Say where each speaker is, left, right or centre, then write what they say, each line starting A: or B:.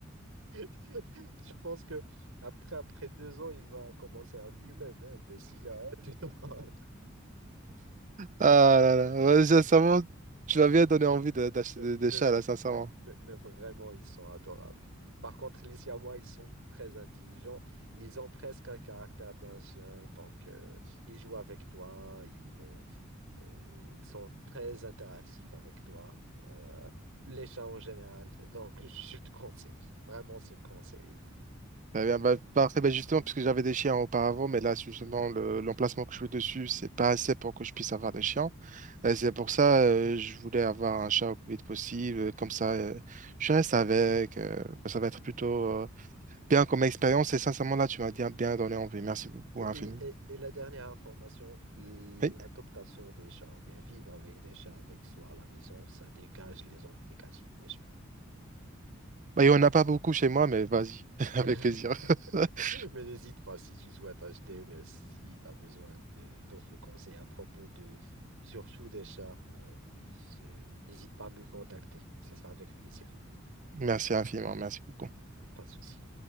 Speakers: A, on the right (about 70°); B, on the right (about 35°).
A: Je pense que après, après deux ans, il va commencer à fumer même des cigarettes. <laughs> tu
B: Ah là là, Ouais, sincèrement, tu m'as bien donné envie de- d'acheter
A: Mais,
B: des,
A: mais
B: des chats,
A: v-
B: là, sincèrement.
A: mais- mais vraiment, ils sont adorables. Par contre, les Siamois, ils sont très intelligents. Ils ont presque un caractère d'un chien. Donc, euh, ils jouent avec toi. Ils, euh, euh, ils sont très interactifs avec toi. Euh, les chats en général. <laughs> Donc, je te conseille. Vraiment, c'est conseillé.
B: Très bien. Bah, parfait. Bah, justement, puisque j'avais des chiens auparavant, mais là, justement, le- l'emplacement que je suis dessus, c'est pas assez pour que je puisse avoir des chiens. Euh, c'est pour ça, euh, je voulais avoir un chat au plus vite possible. euh, Comme ça, euh, je reste avec. euh, bah, ça va être plutôt euh, bien comme expérience. Et sincèrement, là, tu m'as bien, bien donné envie. Merci beaucoup, infiniment.
A: Et, et- et la dernière information, l'adoption
B: Oui.
A: des chats, ou bien vivre avec des chats avec soi à la maison, ça dégage les ondes négatives des chats.
B: Bah, il n'y en a pas beaucoup chez moi, mais vas-y, <laughs> avec
A: <laughs>
B: plaisir. <laughs>
A: Mais n'hésite pas si tu souhaites acheter ou bien si tu as besoin de d'autres conseils à propos de surtout des chats, euh, ce- n'hésite pas à me contacter. Ça sera avec plaisir.
B: Merci infiniment. Merci beaucoup.
A: Pas de souci.